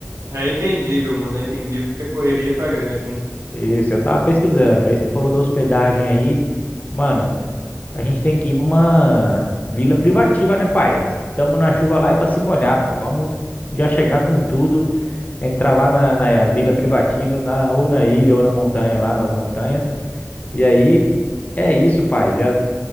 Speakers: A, on the right (about 75°); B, on the left (about 30°).
A: É entendível, mano. É entendível que a correria tá grande, né?
B: Isso, eu tava pesquisando. Aí você falou da hospedagem aí. Mano, a gente tem que ir pra uma vila privativa, né, pai? Estamos na chuva lá é pra se molhar, pô. Vamos já chegar com tudo, entrar lá na, na vila privativa, na, ou na ilha, ou na montanha, lá nas montanhas. E aí, é isso, pai. Já,